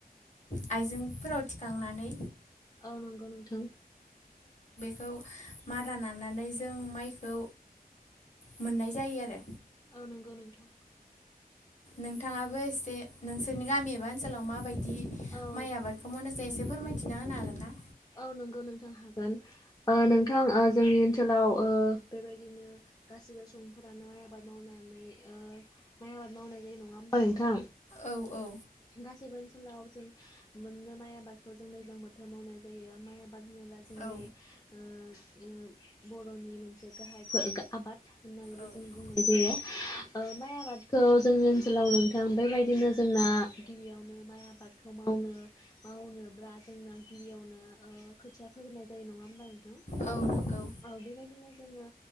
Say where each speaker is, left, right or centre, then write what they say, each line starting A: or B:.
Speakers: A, on the left; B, on the left.
A: आइजेंफोराव थिखांनानै
B: औ नोंगौ नोंथां।
A: खौ मारा नानानै जों माइखौ मोननाय जायो आरो।
B: औ नोंगौ नोंथां।
A: नोंथाङाबो एसे नोंसोरनि गामि एबा ओनसोलाव माबायदि
B: औ
A: माइ आबादखौ मावनो जे एसे फोरमायथिना होनो हागोन ना।
B: औ नोंगौ नोंथां हागोन ओ नोंथां ओ जोंनि ओनसोलाव ओ बेबायदिनो गासिबो सुबुंफोरानो माइ आबाद मावनानै ओ माइ आबाद मावनानै नङा होमबा नोंथां।
A: औ औ।
B: गासैबो ओनसोलाव जों मोननो माइ आबादखौ जों दैज्लां बोथोर मावनाय जायो माइ आबाद आबाद होनोब्ला जोंनि
A: औ
B: ओ ओ बर'नि मोनसे गाहायफोर आबाद। होननानैबो
A: औ
B: जों बुंनाय जायो ओ माइ आबादखौ जोंनि ओन सोलाव नोंथां बेबायदिनो जोंना गिबियावनो माइ आबादखौ मावनो मावनोब्ला जोंना गिबियावनो ओ खोथिया फोग्रोनाय जायो नङा होमबा नोंथां
A: औ नंगौ
B: औ बेबायदिनो जोङो